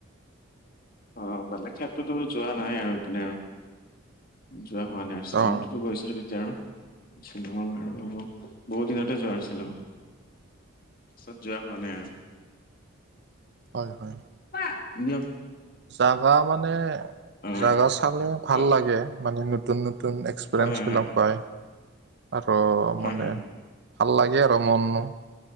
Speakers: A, on the left; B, on the right.
A: অ বেলেগ ঠাইততো যোৱা নাই আৰু ইপিনে আৰু যোৱা হোৱা নাই। শ্বিলংটোতো
B: অ
A: গৈছিলো তেতিয়া আৰু। শ্বিলং আৰু বহুত দিনতে যোৱা শ্বিলং। পিছত যোৱা হোৱা নাই আৰু।
B: হয় হয়।
A: <unintelligible> দিয়ক <inaudible>
B: জাগা মানে
A: অ
B: জাগা চালে ভাল
A: অ
B: লাগে, মানে নতুন নতুন নতুন এক্সপৰিয়েঞ্চ
A: হয় হয়
B: বিলাক
A: হয়
B: পায় আৰু
A: হয়
B: মানে
A: হয় হয়
B: ভাল লাগে আৰু মোৰনো।